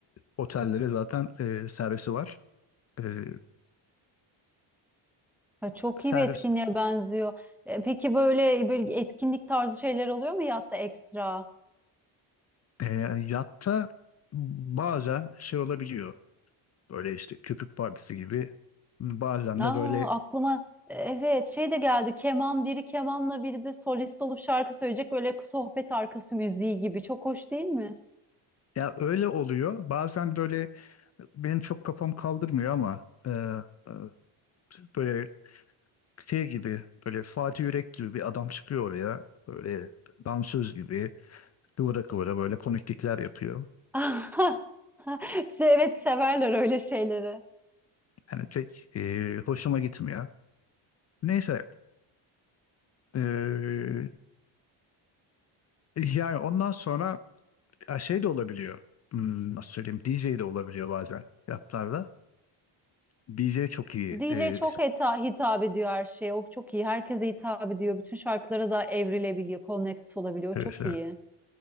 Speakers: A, on the left; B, in the centre.
A: otellere zaten e, servisi var. E,
B: Ha, Çok
A: servis
B: iyi bir etkinliğe benziyor. E, peki böyle böyle etkinlik tarzı şeyler oluyor mu yatta ekstra?
A: E, yatta bazen şey olabiliyor. Böyle işte köpük partisi gibi. Bazen
B: Aa
A: de böyle
B: aklıma e, evet şey de geldi. Keman biri kemanla biri de solist olup şarkı söyleyecek böyle sohbet arkası müziği gibi. Çok hoş değil mi?
A: ya öyle oluyor. Bazen böyle benim çok kafam kaldırmıyor ama e, e, böyle şey gibi böyle Fatih Yürek gibi bir adam çıkıyor oraya. Böyle dansöz gibi kıvıra kıvıra böyle komiklikler yapıyor.
B: <laughs> Şey, evet severler öyle şeyleri.
A: Yani pek e, hoşuma gitmiyor. Neyse e, yani ondan sonra Ya şey de olabiliyor. Hmm, nasıl söyleyeyim? DJ de olabiliyor bazen fiyatlarda. DJ çok iyi.
B: DJ
A: Ee,
B: çok
A: şey-
B: heta, hitap ediyor her şeye. O çok iyi. Herkese hitap ediyor. Bütün şarkılara da evrilebiliyor, connect olabiliyor.
A: evet,
B: Çok
A: evet.
B: iyi.